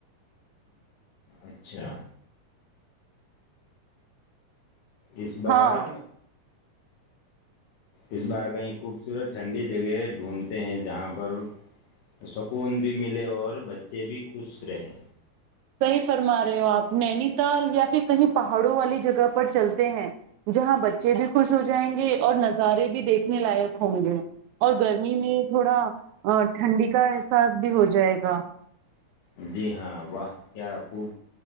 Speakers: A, on the left; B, on the right.
A: اچھا اس بار
B: ہاں
A: اس بار کہیں خوبصورت ٹھنڈی جگہ ڈھونڈتے ہیں جہاں پر سکون بھی ملے اور ب سے بھی خوش رہیں
B: صحیح فرما رہے ہو آپ نینی تال یا پھر کہیں پہاڑوں والی جگہ پر چلتے ہیں جہاں بچے بھی خوش ہو جائیں گے اور نظارے بھی دیکھنے لائق ہوں گے اور گرمی میں تھوڑا ٹھنڈی کا احساس بھی ہو جائے گا
A: جی ہاں وہ کیا خوب